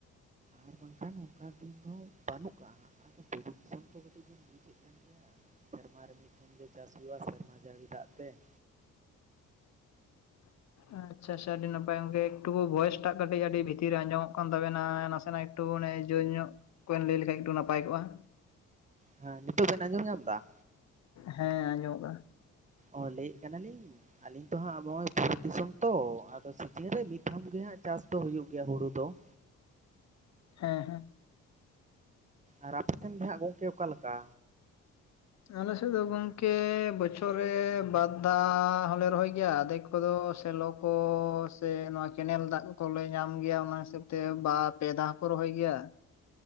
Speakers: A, on the right; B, on the left.
A: ᱟᱨ ᱵᱟᱝᱠᱷᱟᱱ ᱚᱱᱠᱟ ᱫᱤᱱ ᱫᱚ ᱵᱟᱹᱱᱩᱜ ᱠᱟᱜᱼᱟ ᱦᱟᱸᱜ ᱟᱫᱚ ᱯᱩᱨᱩ ᱫᱤᱥᱚᱢ ᱠᱚ ᱠᱟᱹᱴᱤᱡ ᱵᱤᱱ ᱵᱩᱡᱮᱫ ᱠᱟᱱ ᱥᱮᱨᱢᱟᱨᱮ ᱢᱤᱫ ᱫᱷᱩᱢ ᱜᱮ ᱪᱟᱥ ᱦᱩᱭᱩᱜᱼᱟ ᱥᱮᱨᱢᱟ ᱡᱟᱹᱲᱤ ᱫᱟᱜ ᱛᱮ ᱾
B: <unintelligible> ᱟᱪᱪᱷᱟ ᱟᱪᱪᱷᱟ ᱟᱹᱰᱤ ᱱᱟᱯᱟᱭ ᱜᱚᱢᱠᱮ ᱮᱠᱴᱩ ᱵᱚᱭᱮᱥ ᱴᱟᱜ ᱠᱟᱹᱴᱤᱡ ᱟᱹᱰᱤ ᱵᱷᱤᱛᱤᱨ ᱨᱮ ᱟᱸᱡᱚᱢᱚᱜ ᱠᱟᱱ ᱛᱟᱵᱮᱱᱟ᱾ ᱱᱟᱥᱮ ᱱᱟᱜ ᱮᱠᱴᱩᱮ ᱡᱳᱨ ᱧᱚᱜ ᱚᱠᱚᱭ ᱮᱢ ᱞᱟᱹᱭ ᱞᱮᱠᱷᱟᱡ ᱮᱠᱴᱩ ᱱᱟᱯᱟᱭ ᱠᱚᱜᱼᱟ ᱾
A: ᱦᱮᱸ ᱱᱤᱛᱚᱜ ᱵᱮᱱ ᱟᱸᱡᱚᱢ ᱧᱟᱢ ᱮᱫᱟ-ᱼ
B: ᱦᱮᱸ ᱟᱸᱡᱚᱢᱚᱜ ᱠᱟᱱᱟ ᱾
A: ᱚ ᱞᱟᱹᱭᱮᱫ ᱠᱟᱱᱟᱞᱤᱧ ᱟᱞᱤᱧ ᱛᱚ ᱦᱟᱸᱜ ᱱᱚᱜᱼᱚᱭ ᱵᱩᱨᱩ ᱫᱤᱥᱚᱢ ᱛᱚ ᱟᱫᱚ ᱥᱤᱡᱤᱱ ᱨᱮ ᱢᱤᱫ ᱫᱷᱟᱢ ᱜᱮ ᱦᱟᱸᱜ ᱪᱟᱥ ᱫᱚ ᱦᱩᱭᱩᱜ ᱜᱮᱭᱟ ᱦᱩᱲᱩ ᱫᱚ ᱾
B: ᱦᱮᱸ ᱦᱮᱸ
A: ᱟᱨ ᱟᱯᱮ ᱥᱮᱱ ᱜᱮ ᱦᱟᱸᱜ ᱜᱚᱝᱠᱮ ᱚᱠᱟᱞᱮ ᱞᱮᱠᱟ
B: ᱟᱞᱮ ᱥᱮᱫ ᱫᱚ ᱜᱚᱢᱠ ᱵᱟ. ᱫ ᱨᱮ ᱵᱟᱫᱽ ᱫ ᱦᱚᱞᱮ ᱨᱚᱦᱚᱭ ᱜᱮᱭᱟ ᱟᱫᱷᱮᱠ ᱠᱚᱫᱚ ᱥᱮᱞᱚ ᱠᱚ ᱥᱮ ᱱᱚᱣᱟ ᱠᱮᱱᱮᱞ ᱫᱟᱜ ᱠᱚᱞᱮ ᱧᱟᱢ ᱜᱮᱭᱟ ᱾ ᱚᱱᱟ ᱦᱤᱥᱟᱹᱵ ᱛᱮ ᱵᱟ ᱯᱮ ᱫᱷᱟᱣ ᱦᱚᱸᱠᱚ ᱨᱚᱦᱚᱭ ᱜᱮᱭᱟ ᱾